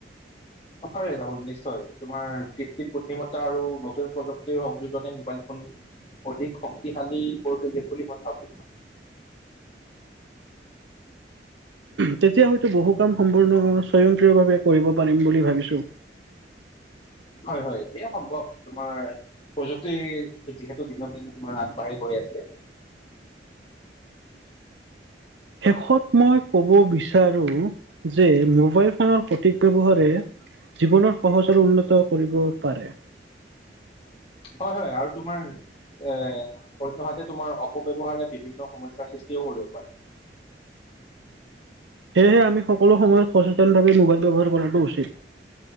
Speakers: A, on the left; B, on the right.
A: হয়, ৰাহুল নিশ্চয় তোমাৰ কৃতিম বুদ্ধিমত্তা আৰু নতুন প্ৰযুক্তিৰ সংযোজনে মোবাইল ফোন, অধিক শক্তিশালী কৰি তুলিম বুলি মই ভাবো।
B: তেতিয়া, হয়তো বহু কাম সম্পূৰ্ণ স্বয়ংক্ৰিয়ভাৱে কৰিব পাৰিম বুলি ভাবিছোঁ।
A: হয়-হয়, সেয়া সম্ভৱ তোমাৰ প্ৰযুক্তি যিহেতু, দিনক দিনে তোমাৰ আগবাঢ়ি গৈ আছে।
B: শেষত মই ক'ব বিচাৰোঁ যে, মোবাইল ফোনৰ সঠিক ব্যৱহাৰে জীৱনত সহজ আৰু উন্নত কৰিব পাৰে।
A: হয়-হয়, আৰু তোমাৰ এ অন্যহাতে তোমাৰ অপব্যৱহাৰে বিভিন্ন সমস্যাৰ সৃষ্টিও কৰিবও পাৰে।
B: সেয়েহে, আমি সকলো সময়ত সচেতনভাৱে মোবাইল ব্যৱহাৰ কৰাটো উচিত।